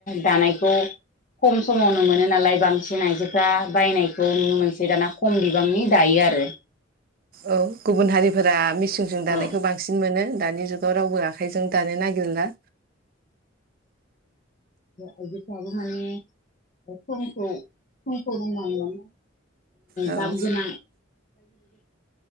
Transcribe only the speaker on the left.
दानायखौ खम समावनो मोनो नालाय बांसिन आइजोफ्रा बायनायखौ नुनो मोनसै दाना खम बिबांनि दायो आरो
औ
औ आइजोफ्राबो माने समखौ समखौ बुंनांगोन
दाम गोनां